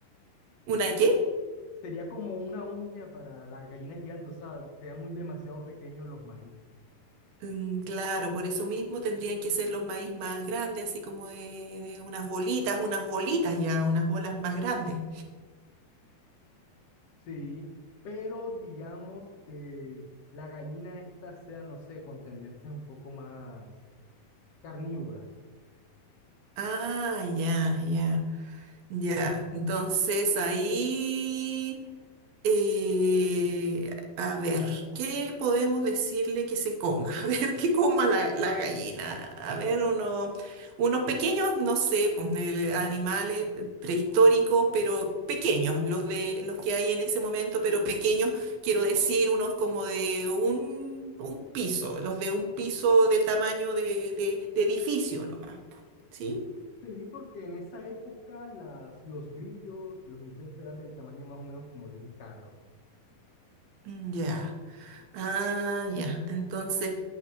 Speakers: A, on the right; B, on the left.
A: ¿Una qué?
B: Sería como una uña para la gallina gigante, o sea, serían muy demasiado pequeños los maíz.
A: Mm, claro, por eso mismo tendrían que ser los maíz más grandes, así como de, de unas bolitas, unas bolitas ya, unas bolas más grandes.
B: Sí, pero digamos que la gallina esta sea, no sé, con tendencias un poco más carnívoras.
A: Ah, ya, ya, ya. Entonces ahí. Eh, a ver, ¿qué podemos decirle que se coma? <laughs> A ver, ¿qué coma la, la gallina? A ver, uno, unos pequeños, no sé, pues, eh, animales prehistóricos, pero pequeños, los de los que hay en ese momento, pero pequeños, quiero decir, unos como de un, un piso, los de un piso de tamaño de, de- de edificio nomás, po, ¿sí?
B: Sí, porque en esa época las, los grillos, los insectos eran del tamaño más o menos como de un carro.
A: Mm, Ya. Ah, ya. Entonces.